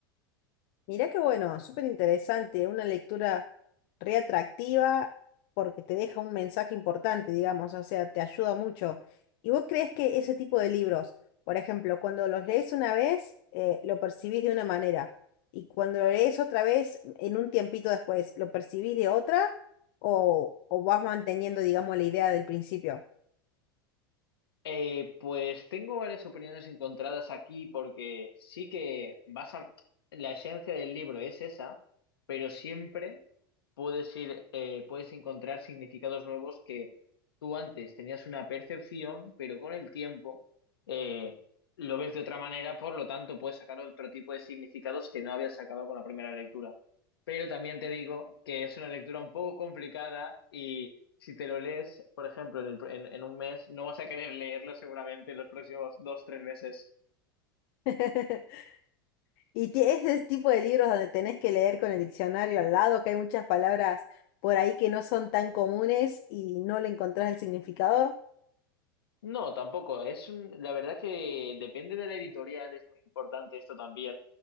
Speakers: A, on the left; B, on the left.
A: Mirá qué bueno, súper interesante, una lectura reatractiva porque te deja un mensaje importante, digamos, o sea, te ayuda mucho. ¿Y vos crees que ese tipo de libros, por ejemplo, cuando los lees una vez, eh, lo percibís de una manera, y cuando lo lees otra vez, en un tiempito después, lo percibís de otra, o, o vas manteniendo, digamos, la idea del principio?
B: Eh, pues tengo varias opiniones encontradas aquí porque sí que vas a... La esencia del libro es esa, pero siempre puedes ir, eh, puedes encontrar significados nuevos que tú antes tenías una percepción, pero con el tiempo eh, lo ves de otra manera, por lo tanto puedes sacar otro tipo de significados que no habías sacado con la primera lectura. Pero también te digo que es una lectura un poco complicada si te lo lees, por ejemplo, en, el- en- en un mes, no vas a querer leerlo seguramente en los próximos dos, tres meses.
A: <laughs> Y tie- ese tipo de libros donde tenés que leer con el diccionario al lado, que hay muchas palabras por ahí que no son tan comunes y no le encontrás el significado.
B: No, tampoco. Es un- la verdad que depende de la editorial, es muy importante esto también,